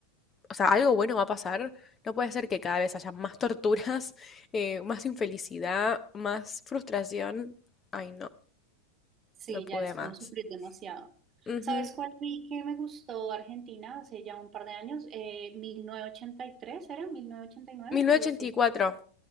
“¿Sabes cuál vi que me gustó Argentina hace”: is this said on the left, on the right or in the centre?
Right